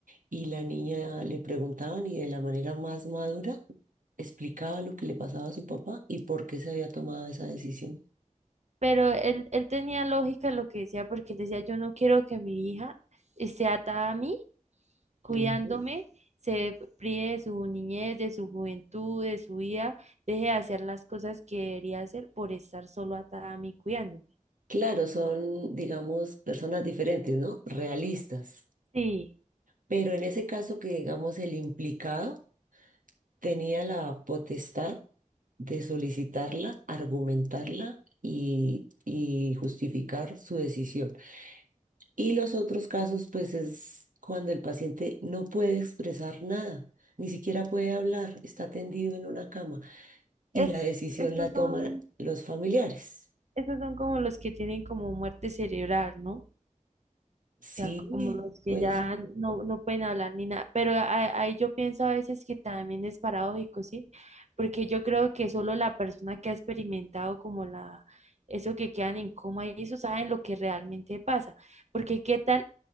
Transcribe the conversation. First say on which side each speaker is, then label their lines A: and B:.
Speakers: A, on the right (about 80°); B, on the right (about 55°).
A: y la niña le preguntaban y de la manera más madura explicaba lo que le pasaba a su papá y por qué se había tomado esa decisión.
B: Pero él, él tenía lógica en lo que decía, porque él decía, yo no quiero que mi hija esté atada a mí cuidándome,
A: Ujú.
B: se prive de su niñez, de su juventud, de su vida, deje de hacer las cosas que debería hacer por estar solo atada a mí cuidándome.
A: Claro, son, digamos, personas diferentes, ¿no? Realistas.
B: Sí,
A: Pero en ese caso que, digamos, el implicado tenía la potestad de solicitarla, argumentarla y, y justificar su decisión. Y los otros casos, pues, es cuando el paciente no puede expresar nada, ni siquiera puede hablar, está tendido en una cama y
B: es,
A: la decisión
B: estos
A: la toman
B: son,
A: los familiares.
B: estos son como los que tienen como muerte cerebral, ¿no?
A: Sí,
B: O sea, como los que
A: pues,
B: ya no, no pueden hablar ni nada. Pero a- ahí yo pienso a veces que también es paradójico, ¿sí? Porque yo creo que solo la persona que ha experimentado como la, eso que quedan en coma y eso saben lo que realmente pasa. Porque qué tal